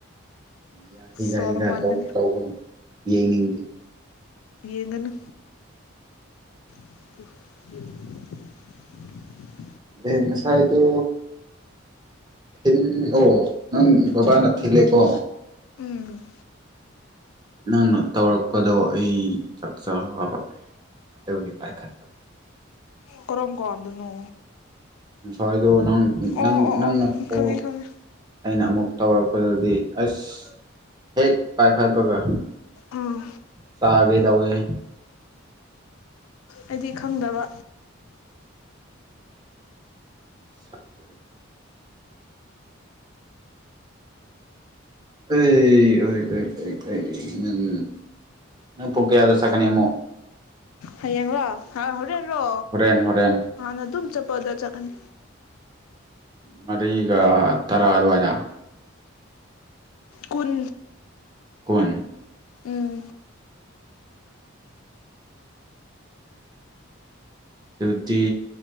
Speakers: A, on the right; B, on the left.
A: ꯃꯌꯥ ꯍꯤꯒꯥ
B: ꯁꯣꯔ
A: ꯍꯤꯒꯥ
B: ꯍꯣꯟꯕꯅꯦ
A: ꯇꯧ ꯇꯧꯒꯅꯨ ꯌꯦꯡꯅꯤꯡꯗꯦ
B: ꯌꯦꯡꯒꯅꯨ <unintelligible>
A: ꯅꯦ ꯉꯁꯥꯏꯗꯣ ꯊꯤꯟ ꯑꯣ ꯅꯪ ꯕꯕꯥꯅ ꯊꯤꯜꯂꯦꯀꯣ
B: ꯎꯝ
A: ꯅꯪꯅ ꯇꯧꯔꯛꯄꯗꯣ ꯑꯩ ꯆꯥꯛꯆꯥꯕ ꯑꯗꯨꯒꯤ ꯄꯥꯏꯈꯠꯇꯕ
B: ꯀꯔꯝ ꯀꯥꯟꯗꯅꯣ
A: ꯉꯁꯥꯏꯗꯣ ꯅꯪ ꯅꯪ
B: ꯑꯣ ꯑꯣ
A: ꯅꯪꯅ
B: ꯑꯣ
A: ꯄꯣꯛ
B: ꯈꯪꯉꯦ ꯈꯪꯉꯦ
A: ꯑꯩꯅ ꯑꯃꯨꯛ ꯇꯧꯔꯛꯄꯗꯗꯤ ꯑꯁ ꯍꯦꯛ ꯄꯥꯏꯈꯠꯕꯒ
B: ꯑꯥ
A: ꯆꯥꯒꯦ ꯇꯧꯋꯦꯍꯦ
B: ꯑꯩꯗꯤ ꯈꯪꯗꯕ
A: ꯁꯛꯇꯨꯒ ꯑꯩ ꯑꯣꯏ ꯑꯣꯏ ꯑꯣꯏ ꯑꯩ ꯅꯪ ꯅꯪ ꯄꯨꯡ ꯀꯌꯥꯗ ꯆꯠꯀꯥꯅꯤ ꯑꯃꯨꯛ
B: ꯍꯌꯦꯡꯔꯣ ꯍ ꯍꯣꯔꯦꯟꯔꯣ
A: ꯍꯣꯔꯦꯟ ꯍꯣꯔꯦꯟ
B: ꯍꯥꯟꯅ ꯑꯗꯨꯝ ꯆꯠꯄꯗꯥ ꯆꯠꯀꯅꯤ
A: ꯃꯔꯤꯒ ꯇꯔꯥ ꯑꯗꯨꯋꯥꯏꯗ
B: ꯀꯨꯟ
A: ꯀꯨꯟ
B: ꯎꯝ
A: ꯗꯨꯗꯤ